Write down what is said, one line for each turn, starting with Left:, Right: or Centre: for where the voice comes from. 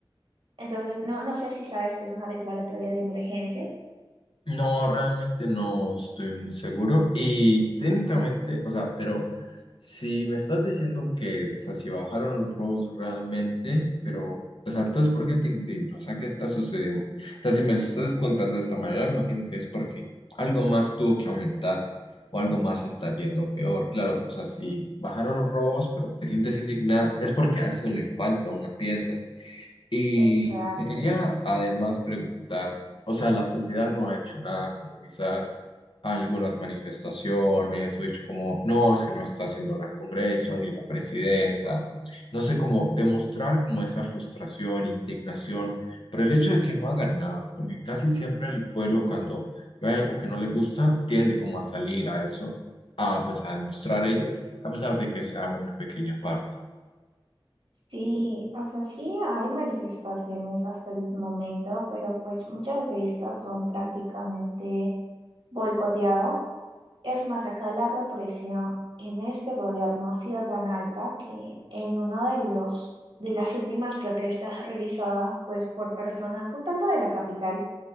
Right: Entonces, no, no sé si sabes que es una declaratoria de emergencia.
Left: No, realmente no estoy muy seguro. Y técnicamente, o sea, pero si me estás diciendo que, o sea, si bajaron los robos realmente, pero, o sea, entonces, ¿por qué te indignas? O sea, ¿qué está sucediendo? O sea, si me lo estás contando de esta manera, imagino que es porque algo más tuvo que aumentar o algo más está yendo peor. Claro, o sea, si bajaron los robos, pero te sientes indignada, es porque a eso le falta una pieza. Y
Right: Exacto.
Left: te quería además preguntar, o sea, la sociedad no ha hecho nada, como quizás algunas manifestaciones, o hecho como, no, es que no está haciendo nada el Congreso, ni la presidenta, no sé cómo demostrar como esa frustración, indignación, pero el hecho de que no hagan nada, porque casi siempre el pueblo cuando ve algo que no le gusta, tiende como a salir a eso, a pues a demostrar ello, a pesar de que sea una pequeña parte.
Right: Sí, o sea, sí hay manifestaciones hasta el momento, pero pues muchas de estas son prácticamente boicoteadas. Es más, acá la represión en este gobierno ha sido tan alta que en uno de los de las últimas protestas realizadas pues por personas, no tanto de la capital,